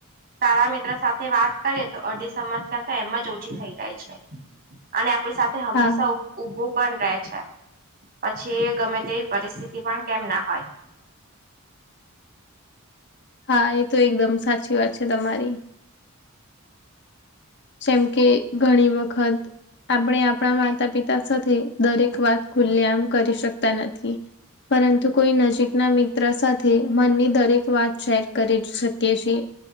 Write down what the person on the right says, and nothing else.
સારા મિત્ર સાથે વાત કરીએ તો અડધી સમસ્યા તો એમ જ ઓછી થઇ જાય છે અને આપડી સાથે હંમેશા
ઉ ઉભું પણ રહે છે પછી ગમે તેવી પરિસ્થિતિ પણ કેમ ના હોય